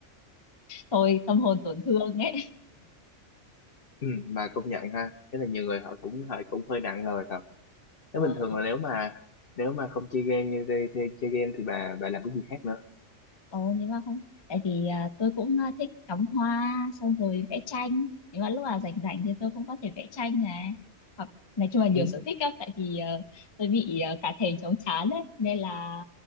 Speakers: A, on the left; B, on the left.
A: thôi tâm hồn tổn thương ấy
B: Ừ, mà công nhận ha cái là nhiều người họ cũng họ cũng hơi nặng lời thật nếu
A: ờ
B: bình thường là nếu mà nếu mà không chơi game như thế, thế chơi game thì bà bà làm cái gì khác nữa
A: ồ nhưng mà không tại vì à, tôi cũng à, thích cắm hoa xong rồi vẽ tranh nhưng mà lúc nào rảnh rảnh thì tôi cũng có thể vẽ tranh này hoặc nói chung là nhiều
B: ừ.
A: sở thích lắm tại vì ờ, tôi bị ờ, cả thèm chóng chán đấy nên là